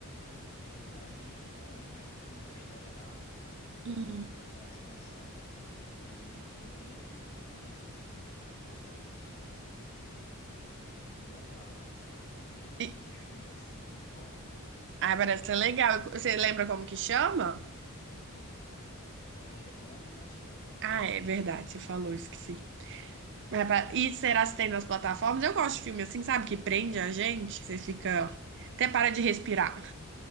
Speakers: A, on the left (about 25°); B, on the right (about 55°).
A: E daí com, aí continua a história lá de-
B: hum.
A: de- dessa situação e foi bem bem intenso assim a história desse filme. É bem é bem legal assim a história, bem
B: E-
A: suspense assim, bem forte.
B: Ah, parece ser legal. Você lembra como que chama?
A: É, Homem nas Trevas.
B: Ah, é verdade, você falou, esqueci. Vai pra- E será se tem nas plataformas? Eu gosto de filme assim, sabe? Que prende a gente, que você fica. Até para de respirar.